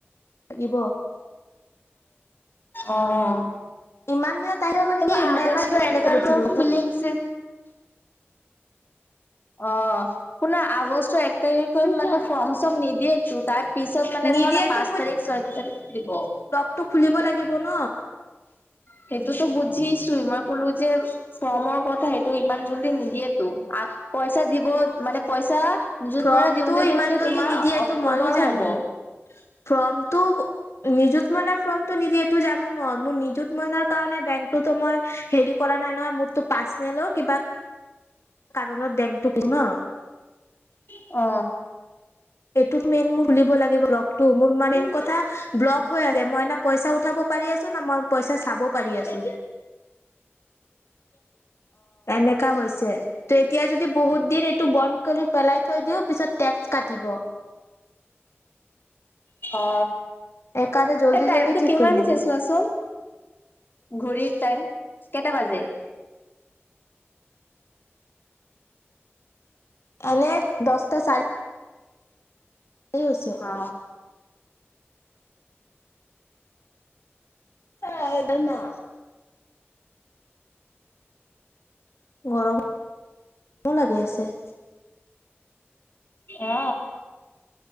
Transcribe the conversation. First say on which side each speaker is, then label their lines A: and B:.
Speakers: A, on the left; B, on the left.
A: লাগিব
B: অ অ
A: ইমান দিনত আহিলেও মানে
B: টো
A: কি
B: আগষ্ট
A: মই এবাৰ
B: এক তাৰিখ ফিলিংছে অ কোনো আগষ্টৰ এক তাৰিখে মানে ফৰ্ম চৰ্ম নিদিয়েতো তাত পিছত মানে
A: নিদিয়েতো
B: ধৰা ন পাঁচ তাৰিখ ছয় তাৰিখ দিব
A: তটো খুলিব লাগিব ন
B: সেইটোতো বুজিছোৱেই মই কলো যে ফৰ্মৰ কথা সেইটো ইমান জল্দি নিদিয়েতো পইচা দিব মানে পইচা নিজুত
A: ফৰ্মটো
B: মইনা দিওঁতে
A: ইমান
B: দিওঁতে
A: জল্দি
B: তোমাৰ
A: নিদিয়ে এইটো
B: অক্টোবৰ
A: মইও জানো
B: হ'ব
A: ফৰ্মটো নিযুত মনাই ফৰ্মটো নিদিয়ে এইটো জানো মই মোৰ নিজুত মইনাৰ বেংক টো মই হেৰি কৰা নাই নহয় মোৰতো পাৰ্চনেলো কিবা কাৰণত বেংকটো ন
B: অ
A: এইটোত মেইন মোৰ বুলিব লাগিব লগতটো মোৰ মেইন কথা ব্লক হৈ আছে মই ন পইচা উঠাব পাৰি আছো ন মই পইচা চাব পাৰি আছো এনেকা হৈছে ত এতিয়া যদি বহুত দিন এইটো বন্ধ কৰি পেলাই থৈ দি পিছতটেক্স কাটিব
B: অ
A: সেইকাৰণে জল্দি
B: এ টাইমতটো
A: জল্দি ঠিক
B: কিমান
A: কৰিব লাগে
B: হৈছে চোৱাচোন ঘুৰিৰ টাইম কেইটা বাজে
A: এনে দহটা চাৰি এই হৈছে
B: অ
A: অ এদ না গৰমৰো লাগি আছে
B: অ